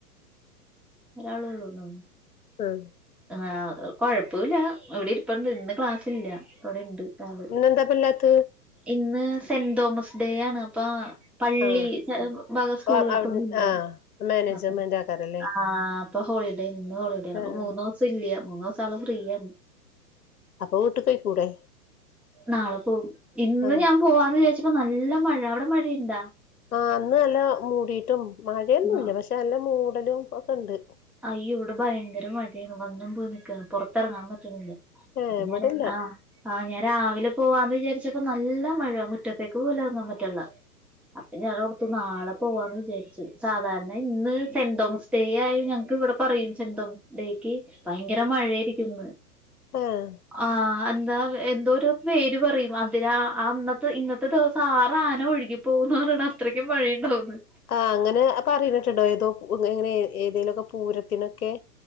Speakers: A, in the centre; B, on the left.
A: ഒരാളോള്ളുന്ന
B: ഉം
A: ആഹ് കൊഴപ്പമില്ല എവിടെ ഇരിപ്പണ്ട് ഇന്ന് ക്ലാസ് ഇല്ല, ഇവിടെണ്ട് ആള്
B: ഇന്നെന്താ പല്ലാത്ത
A: ഇന്ന് സെന്റ് തോമസ് ഡേ ആണ് അപ്പൊ പള്ളി
B: ആഹ്
A: സ്കൂളുകൾക്കൊന്നുംല്ല
B: ആഹ് അവ്ട് ആഹ് മാനേജ്മെന്റാക്കാരല്ലേ
A: അപ്പ ആഹ് അപ്പൊ ഹോളിഡേ ഇന്ന് ഹോളിഡേ ആണ്
B: ആഹ്
A: അപ്പോ മൂന്നു ദിവസം ഇല്ല മൂന്ന് ദിവസം ആള് ഫ്രീയാണ് ഫ്രീയണ്
B: അപ്പൊ വീട്ടക്കോയി കൂടെ
A: നാളെ പോവും ഇന്ന്
B: ആഹ്
A: ഞാൻ പോവാന്ന് വിചാരിച്ചപ്പോ നല്ല മഴ അവിടെ മഴയുണ്ടാ
B: ആ ഇ ന്ന് നല്ല മൂടിട്ടും മഴയൊന്നുംല്ല
A: ന്നാ
B: പക്ഷെ നല്ല മൂടലും ഒക്കെ ഉണ്ട്
A: അയ്യോ ഇവിടെ ഭയങ്കര മഴയാണ് വന്നും പോയി നിക്കാണ് പുറത്തിറങ്ങാൻ പറ്റണില്ല
B: ഏഹ്
A: അത്
B: ഇവടെല്ല
A: നേരാ ആഹ് ആഹ് ഞാൻ രാവിലെ പോവാന്ന് വിചാരിച്ചപ്പോ നല്ല മഴ മുറ്റത്തേക്ക് പോലും ഇറങ്ങാൻ പറ്റ്ള്ള അപ്പൊ ഞാനോർത്തു നാളെ പോവാന്ന് വിചാരിച്ചു സാധാരണ ഇന്ന് സെന്റ് തോമസ് ഡേ ആയി ഞങ്ങ ഇവിടെ പറയും സെന്തോമസ് ഡേക്ക് ഭയങ്കര മഴയായിരിക്കുംന്ന്
B: ഏഹ്
A: ആഹ് എന്താ എന്തോ ഒരു പേര് പറയും അതിലാ അന്നത്തെ ഇന്നത്തെ ദിവസം ആറ് ആന ഒഴുകി പോകുന്നറയ്ണ് അത്രയ്ക്കും വഴിയുണ്ടാവും ന്ന്
B: ആഹ് അങ്ങനെ അപ്പറീണിട്ടുണ്ടോ ഏതോങ്ങനെങ്ങനെ ഏതേലൊക്കെ പൂരത്തിനൊക്കെ